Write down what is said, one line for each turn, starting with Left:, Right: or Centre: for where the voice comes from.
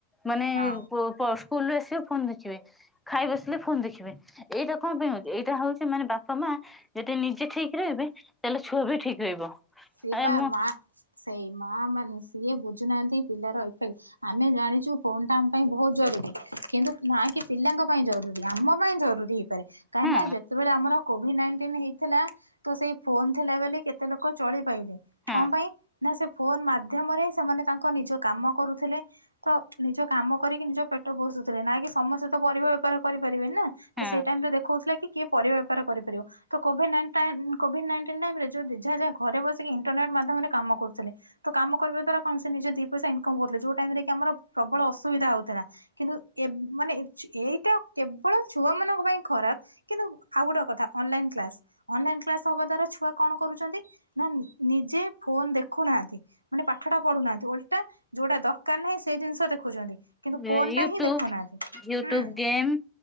Centre: ମାନେ
Right: ହଁ।
Centre: ସ୍କୁଲୁ ଆସିବେ ଫୋନ ଦେଖିବେ ଖାଇ ବସିଲେ ଫୋନ ଦେଖିବେ ଏଇଟା କଣ ପାଇଁ ହଉଛି ଏଇଟା ହଉ ବାପା ମା ଯଦି ନିଜେ ଠିକ୍ ରହିବେ ତାହେଲେ ଛୁଆ ବି ଠିକ ରହିବ।
Right: ସିଏ
Centre: ଆ
Right: ପା
Centre: ମୁଁ
Right: ମା ସେଇ ମା ମାନେ ସିଏ ବୁଝୁନାହାନ୍ତି ପିଲାର ଆମେ ଜାଣିଛୁ ଫୋନ ଟା ଆମ ପାଇଁ ବହୁତ ଜରୁରୀ କିନ୍ତୁ ନା କି ପିଲାଙ୍କ ପାଇଁ ଜରୁରୀ ଆମ ପାଇଁ ଜରୁରୀ। ହେଇପାରେ। କାହିଁ
Centre: ହଁ
Right: ନା ଯେତେବେଳେ ଆମର କୋଭିଡ ନାଇଟିନ ହେଇଥିଲା ତ ସେଇ ଫୋନ ଥିଲାବେଲି କେତେ ଲୋକ ଚଳି ପାଇଲେ
Centre: ହଁ
Right: କଣ ପାଇଁ ନା ସେ ଫୋନ ମାଧ୍ୟମରେ ସେମାନେ ତାଙ୍କ ନିଜ କାମ କରୁଥିଲେ। ତ ନିଜ କାମ କରିକି ନିଜ ପେଟ ବୋଷୁଥିଲେ ନାଇ କି ସମସ୍ତେ ତ ପରିବା ବେପାର କରିପାରିବେନି ନା ତ
Centre: ହଁ
Right: ସେଇ ଟାଇମ ରେ ଦେଖାଉଉଥିଲା କି? କିଏ ପରିବା ବେପାର କରିପାରିବ ତ କୋଭିଡ କୋଭିଡ ନାଇଣ୍ଟିନ୍ ଟାଇମ ରେ ଯଉ ଦିଝାଯ ଯା ଘରେ ବସିକି ଇଣ୍ଟରନେଟ୍ ମାଧ୍ୟମରେ କାମ କରୁଥିଲେ। ତ କାମ କରିବା ଦ୍ଵାରା କଣ ସେ ନିଜେ ଦି ପଇସା ଇନକମ୍ କରୁଥିଲେ ଯୋଉ ଟାଇମ ରେ କି ଆମର ପ୍ରବଳ ଅସୁବିଧା ହଉଥିଲା। କିନ୍ତୁ ଏ ମାନେ ଏଇଟା କେବଳ ଛୁଆ ମାନଙ୍କ ପାଇଁ ଖରାପ। କିନ୍ତୁ ଆଉ ଗୋଟେ କଥା ଅନଲାଇ କ୍ଲାସ ଅନ କ୍ଲାସ୍ ହବା ଦ୍ଵାରା ଛୁଆ କଣ କରୁଛନ୍ତି ନା ନିଜେ ଫୋନ ଦେଖୁନାହାନ୍ତି। ମାନେ ପାଠଟା ପଢୁନାହାନ୍ତି ଓଲଟା ଯୋଉଟା ଦରକାର ନାହିଁ ସେଇ ଜିନିଷ ଦେଖୁଛନ୍ତି। କିନ୍ତୁ
Centre: ୟୁଟ୍ୟୁବ
Right: ଫୋନ ଟା ହିଁ ଦେଖୁନାହାନ୍ତି
Centre: ୟୁଟ୍ୟୁବ
Right: ହୁଁ।
Centre: ଗେମ୍